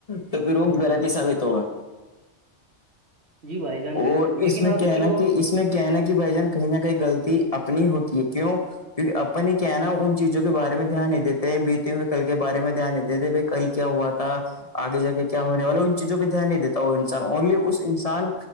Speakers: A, on the left; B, on the right.
A: تو پھر روگ غلط ہی ثابت ہوگا
B: جی بھائی جان بالکل
A: اور
B: لیکن
A: اس میں
B: آج
A: کیا
B: کل
A: ہے نا
B: لوگ
A: کہ اس میں کہنا کہ بھائی جان کہیں نہ کہیں گغلطی اپنی ہوتی ہے کیوں کی اپن ہی کہناا ان چیزوں کے بارے میں دھیان نہیں دیتے ہیں بیتے ہوئے کل کے بارے میں دھیان نہیں دیتے ب کل کیا ہوا تھا آگے جا کے کیا ہونے والا ان چیزوں پہ دھیان نہیں دیتا وہ انسان اونلی اس انسان